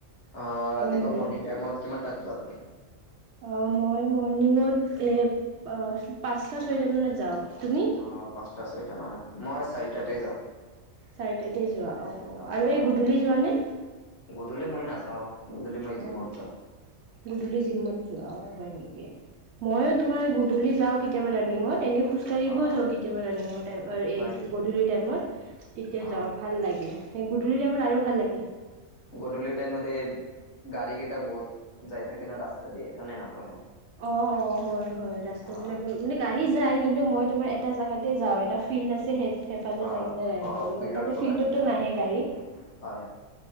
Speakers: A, on the left (about 60°); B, on the right (about 65°).
A: অ' ৰাতিপুৱা
B: নোৱাৰিলে
A: মৰ্নিং টাইমত কিমান তাত যোৱা তুমি?
B: অ, মই মৰ্ণিঙত এ পাঁচটা ছয়টা মানত যাওঁ, তুমি?
A: অ, পাঁচটা ছয়টা মানত মই চাৰিটাতে যাওঁ।
B: চাৰিটাতে যোৱা অ'-অ'
A: অ
B: আৰু
A: অ
B: এই গধূলি যোৱা নে?
A: গধূলি মই নাযাওঁ গধূলি মই জিমত
B: অ'
A: যাওঁ।
B: গধূলি জিমত যোৱা অ' হয় নেকি। মইয়ো তোমাৰ গধূলি যাওঁ কেতিয়াবা ৰানিঙত এনেই খোজ কৰিবও
A: অ
B: যাওঁ কেতিয়াবা ৰানিঙৰ টাইম অ' এই
A: হয় নেকি
B: গধূলিৰ টাইমত। তেতিয়া
A: অ
B: যাওঁ ভাল লাগে সেই গধূলি টাইমত আৰু ভাল লাগে।
A: গধূলি টাইমত এ গাড়ী ঘিটা বহুত যাই থাকে না ৰাস্তাদি সেই কাৰণে নাযাওঁ মই।
B: অ', অ' হয়-হয় ৰাস্তা
A: অ',
B: বিলাকৰ মানে গাড়ী যায় কিন্তু মই তোমাৰ এটা জেগাতে যাওঁ এটা ফিল্ড আছে সেই সেফালে
A: অ',
B: যাই কিনে ৰানিং
A: অ',
B: কৰো
A: ফিল্ডত
B: মানে তাতে
A: কৰা
B: ফিলদতটো
A: নেকি অ',
B: নাহে গাড়ী।
A: হয়,